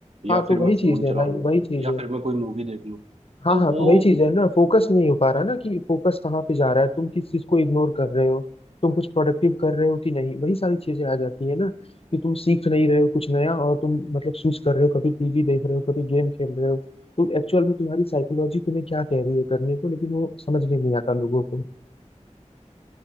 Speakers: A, on the right; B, on the left.
A: या
B: हाँ
A: फिर
B: तो वही
A: मैं
B: चीज
A: फोन
B: है
A: चला
B: भाई
A: लूँ
B: वही चीज
A: या
B: है
A: फिर मैं कोई मूवी देख लूँ
B: हाँ
A: तो
B: हाँ
A: वो
B: तो वही चीज है ना फोकस नहीं हो पा रहा ना कि फोकस कहाँ पे जा रहा है तुम किस चीज को इग्नोर कर रहे हो तुम कुछ प्रोडक्टिव कर रहे हो कि नहीं वही सारी चीजें आ जाती है ना कि तुम सीख नहीं रहे हो कुछ नया और तुम मतलब स्विच कर रहे हो कभी टीवी देख रहे हो कभी गेम खेल रहे हो तो एक्चुअल में तुम्हारी साइकोलॉजी तुम्हें क्या कह रही है करने को लेकिन वो समझ में नहीं आता लोगों को